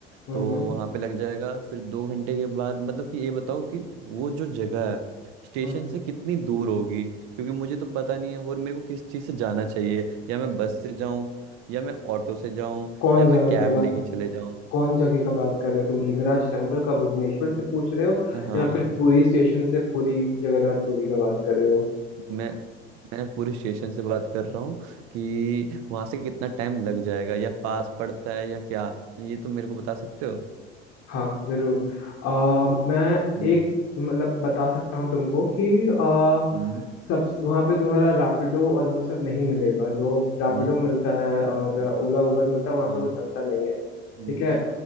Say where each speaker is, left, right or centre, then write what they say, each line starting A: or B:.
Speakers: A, on the left; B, on the right.
A: हम्म
B: तो वहां पे लग जाएगा फिर दो घंटे के बाद मतलब कि ये बताओ कि वो जो जगह है स्टेशन
A: हम्म।
B: से कितनी दूर होगी क्योंकि मुझे तो पता नहीं है और मेरे को किस चीज़ से जाना चाहिए या मैं बस से जाऊं या मैं ऑटो से जाऊं
A: कौन
B: या
A: जगह
B: मैं कैब
A: क्या बात
B: लेके चले जाऊं
A: कौन जगह का बात कर रहे हो तुम लिंगराज टेम्पल का भुवनेश्वर
B: हम्म,
A: से पूछ रहे हो
B: हाँ
A: या फिर पुरी स्टेशन से पुरी जगन्नाथ पुरी का बात कर रहे हो
B: मैं मैं पूरे स्टेशन से बात कर रहा हूँ कि वहां से कितना टाइम लग जाएगा या पास पड़ता है या क्या ये तो मेरे को बता सकते हो
A: हाँ जरूर आ, मैं
B: हम्म
A: एक मतलब बता सकता हूँ तुमको कि आ,
B: हम्म
A: सब वहाँ पे तुम्हारा रैपिडो और वो सब नहीं मिलेगा जो रैपिडो
B: हम्म
A: मिलता है और
B: ठीक
A: ओला
B: है,
A: उबर मिलता है वहाँ
B: हम्म
A: पे वो चलता नहीं है
B: हम्म
A: ठीक है आ,